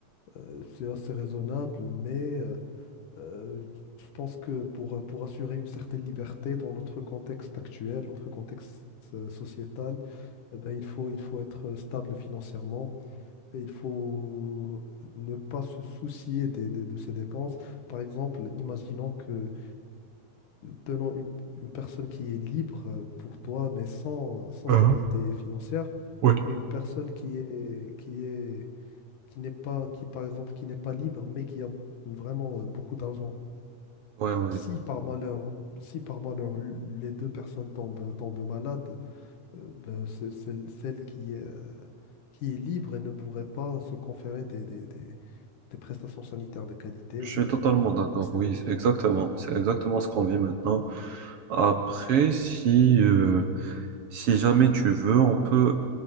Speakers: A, on the left; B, on the right.
A: Euh, c'est assez raisonnable, mais euh, euh, je pense que pour, euh, pour assurer une certaine liberté dans notre contexte actuel, notre contexte euh, sociétal, eh ben, il faut, il faut être stable financièrement et il faut ne pas se soucier des- des- de ses dépenses. Par exemple, imaginons que, euh, tenons une, une personne qui est libre euh, pour toi, mais sans, sans
B: Hein
A: stabilité financière,
B: ouais.
A: et une personne qui est, qui est qui n'est pas, qui par exemple, qui n'est pas libre, mais qui a vraiment euh, beaucoup d'argent.
B: Ouais, ouais,
A: Si par malheur, si par malheur l- les deux personnes tombent, tombent malades, euh, ben, c'est- c'est- celle qui est, qui est libre et ne pourrait pas se conférer des, des, des- des prestations sanitaires de qualité
B: je
A: ou
B: suis
A: bien
B: totalement
A: ne pourrait pas
B: d'accord,
A: accéder
B: oui,
A: aux soins.
B: exactement, c'est exactement ce qu'on vit maintenant. Après, si, euh, si jamais tu veux, on peut,